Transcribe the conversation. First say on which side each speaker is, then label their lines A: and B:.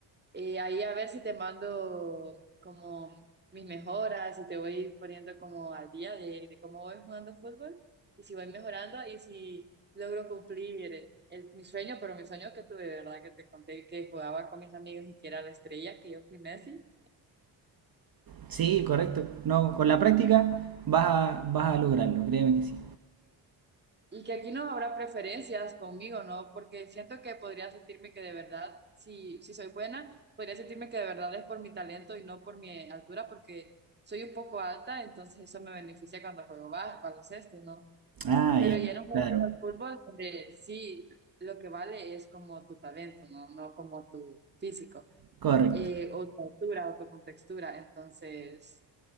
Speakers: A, on the right; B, on the right.
A: eh, ahí a ver si te mando como mis mejoras, si te voy poniendo como al día de, de cómo voy jugando fútbol y si voy mejorando y si logro cumplir el- el- mi sueño, pero mi sueño que tuve, de verdad, que te conté que jugaba con mis amigos y que era la estrella, que yo fui Messi.
B: Sí, correcto. No, con la práctica vas a, vas a lograrlo, créeme que sí.
A: Y que aquí no habrá preferencias conmigo, ¿no? Porque siento que podría sentirme que de verdad, si, si soy buena, podría sentirme que de verdad es por mi talento y no por mi altura, porque soy un poco alta, entonces eso me beneficia cuando juego ba- baloncesto, ¿no?
B: Ah,
A: Pero
B: ya,
A: ya en un juego
B: claro.
A: como el fútbol, donde sí lo que vale es como tu talento, ¿no? No como tu físico,
B: Correcto.
A: eh, o tu altura, o tu contextura. Entonces.